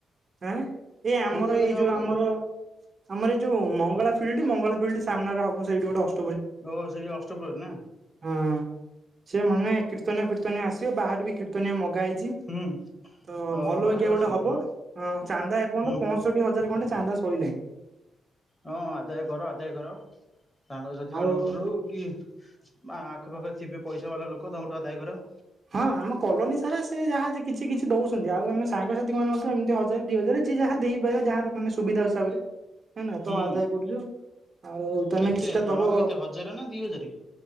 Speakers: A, on the right; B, on the left.
A: ଆଁ ଏଇ ଏଇ ଆମର
B: କୋଉ ଜାଗାରେ
A: ଏଇ ଯୋଉ
B: ହବ
A: ଆମର
B: କି
A: ଆମର ଏଇ ଯୋଉ ମଙ୍ଗଳା ଫିଲ୍ ମଙ୍ଗଳ ଫିଲ୍ଡ ସାମ୍ନାରେ ସେଠି ଗୋଟେ ଅସ୍
B: ଓ ସେଇଠି ଅଷ୍ଟପ୍ରହରୀ ନା?
A: ହଁ ସେ ମାନେ କୀର୍ତ୍ତନ୍ୟା ଫୀର୍ତନ୍ୟା ଆସିବେ ବାହାରୁ ବି କିର୍ତନିଆ ମଗାହେଇ ଚି
B: ହୁଁ
A: ତ
B: ଅ
A: ଭଲ
B: ବାହାରୁ
A: ବାଗୀୟା
B: ଆସିବେ
A: ଗୋଟେ ହବ
B: ହଁ
A: ଅ ଚାନ୍ଦା ଏପର୍ଯ୍ୟନ୍ତ
B: ହୁଁ
A: ପଂଶୋଠି ହଜାର ଖଣ୍ଡେ ଚାନ୍ଦ ଶୋଇଲେଣି।
B: ହଁ ଆଦାୟ କର ଆଦାୟ କର ସାଙ୍ଗସାଥି
A: ଆଉ
B: ମାନଙ୍କ ଠାରୁ କି ମା ଆଖପାଖ ଥିବେ ପ ପଇସା ବାଲା ଲୋକ ତାଙ୍କୁଠୁ ଆଦାୟ କର।
A: ହଁ ଆମ କଲୋନୀ ସାରା ସେ ଯାହା କିଛି କିଛି ଦଉଛନ୍ତି ଆଉ ଆମେ ସାଙ୍ଗସାଥି ମାନଙ୍କ ଠୁ ମଧ୍ୟ ଏମିତି ହଜାର ଦି ହଜାର ଯିଏ ଯାହା ଦେଇପାରିବା ଯାହାର ମାନେ ସୁବିଧା ହିସାବରେ। ହେ ନା ତ
B: ହୁଁ
A: ଆଦାୟ କରୁଛୁ। ଆଉ ତମେ
B: କେତେ
A: କିଛିଟା
B: ଜଣକା
A: ଦବ
B: କେତେ ହଜାରେ ନା ଦି ହଜାରେ